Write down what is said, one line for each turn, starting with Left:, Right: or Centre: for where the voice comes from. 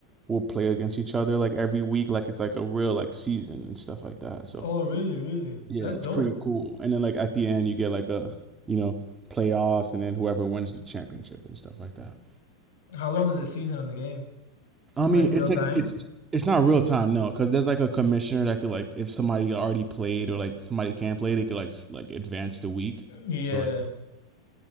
Right: we'll play against each other like every week, like it's like a real like season and stuff like that. So
Left: Oh, really, really?
Right: yeah,
Left: That's
Right: it's
Left: dope.
Right: pretty cool. And then like at the end, you get like a you know playoffs, and then whoever wins the championship and stuff like that.
Left: How long is the season on the game?
Right: I mean,
Left: Like real
Right: it's
Left: time?
Right: like it's it's not real time, no, because there's like a commissioner that could like if somebody already played or like somebody can't play, they could like s- like advance the week.
Left: Yeah.
Right: So like